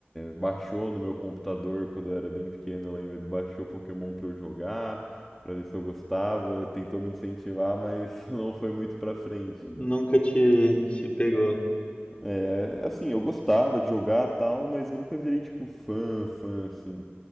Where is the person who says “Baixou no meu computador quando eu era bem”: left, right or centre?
Centre